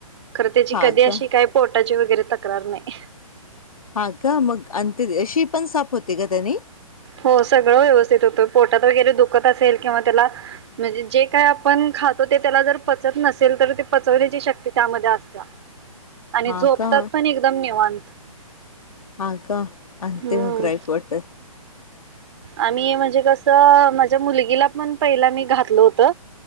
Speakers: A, on the right; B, on the left.
A: खरं त्याची
B: हा
A: कधी अशी
B: का
A: काही पोटाची वगैरे तक्रार नाही.
B: हा का मग अंत अशी पण साप होते का त्यानी <inaudible>
A: हो सगळं व्यवस्थित होतो पोटात वगैरे दुखत असेल किंवा त्याला म्हणजे जे काय आपण खातो ते त्याला जर पचत नसेल तर ते पचवण्याची शक्ती त्यामध्ये असत आणि
B: हा
A: झोपतात
B: का
A: पण एकदम निवांत
B: ह का अंत
A: हम्म
B: म ग्राय पटर
A: आम्ही म्हणजे कसं माझ्या मुलगीला पण पहिला मी घातल होत.